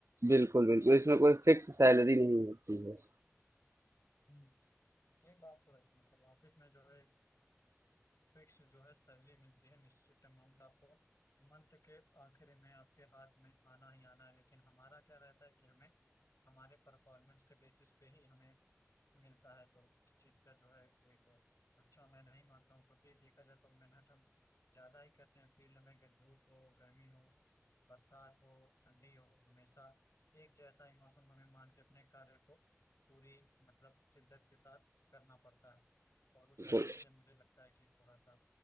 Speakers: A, on the right; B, on the left.
A: बिल्कुल बिल्कुल इसमें कोई फिक्स सैलरी नहीं होती है
B: हम्म, ये बात तो है मतलब ऑफिस में जो है फिक्स जो है सैलरी मिलती है निश्चित अमाउंट आपको मंथ के आखिर में आपके हाथ में आना ही आना है लेकिन हमारा क्या रहता है कि हमें हमारे परफॉर्मेंस के बेसिस पे ही हमें मिलता है तो इस चीज का जो है कोई कोई अच्छा मैं नहीं मानता हूँ क्योंकि देखा जाए तो मेहनत हम ज्यादा ही करते हैं फील्ड में अगर धूप हो गर्मी हो बरसात हो ठंडी हो हमेशा एक जैसा ही मौसम हमें मान के अपने कार्य को पूरी मतलब शिद्दत के साथ करना पड़ता है और उस हिसाब
A: बिल्कुल
B: से मुझे लगता है कि थोड़ा सा